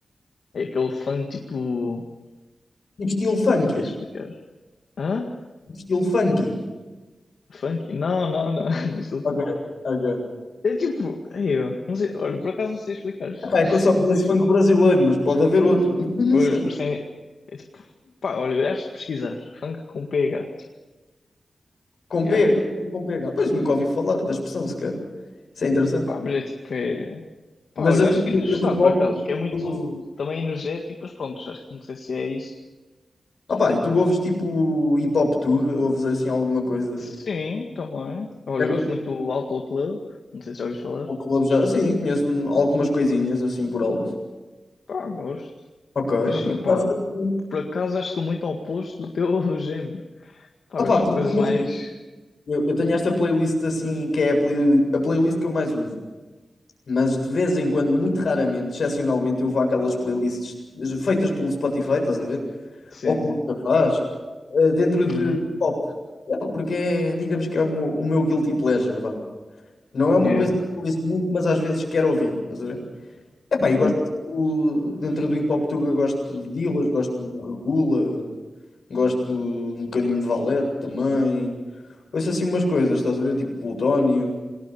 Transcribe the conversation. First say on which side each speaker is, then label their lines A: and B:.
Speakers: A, on the left (about 80°); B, on the left (about 65°).
A: É aquele funk tipo.
B: Tipo estilo funky.
A: Como é que é de explicar? Hã?
B: Tipo estilo funky.
A: Funk? Não, não, não, <laughs> não é estilo
B: Ok,
A: funk.
B: ok.
A: É tipo. Ei, eu não sei, olha, por acaso não sei explicar.
B: Epá, é
A: <laughs>
B: que eu só conheço
A: Não sei explicar.
B: funk brasileiro, mas pode haver outro. <laughs> Não
A: Pois,
B: sei.
A: mas tem. É tipo, pá, olha, acho que pesquisar. Funk com PH.
B: Com
A: Yeah.
B: pega. Com pega. Ah, pois nunca ouvi falar da expressão sequer. Isso é interessante.
A: Pá, mas é tipo, é. Pá,
B: Mas
A: olha,
B: assim,
A: acho que iria
B: entre
A: gostar
B: hip hop.
A: por acaso, porque é muito
B: tu ouves
A: também energético, mas pronto, acho que não sei se é isso.
B: Ah pá, e tu ouves tipo hip hop tour? Ouves assim alguma coisa?
A: Sim, também. Olha,
B: É
A: eu
B: que
A: gosto
B: tu-
A: muito do Álcool Club, não sei se já ouviste falar.
B: Ou clubes já? Sim, conheço um- algumas coisinhas assim por alto.
A: Pá, gosto.
B: Ok,
A: Mas
B: ok.
A: sim, pá,
B: Sabes que eu-
A: por acaso acho que sou muito ao oposto do teu <laughs> género. Pá,
B: Ah pá,
A: gosto
B: porque
A: de coisas
B: imagina,
A: mais.
B: eu, eu tenho esta playlist assim, que é a, play- a playlist que eu mais uso. Mas de vez em quando, muito raramente, excepcionalmente, eu vou àquelas playlists feitas pelo Spotify, estás a ver?
A: Sim,
B: Ou como
A: sim.
B: faz, eh, dentro de
A: Uhum.
B: de pop. É pá, porque é, digamos que é o meu, o meu guilty pleasure, vá. Não é uma
A: Yeah.
B: coisa que eu ouço muito, mas às vezes quero ouvir, estás a ver? Epá,
A: Uhum.
B: e gosto do- dentro do hip hop tuga, gosto de Dillaz, gosto de Regula, gosto um bocadinho de Valete também. Ouço assim umas coisas, estás a ver? Tipo Plutónio.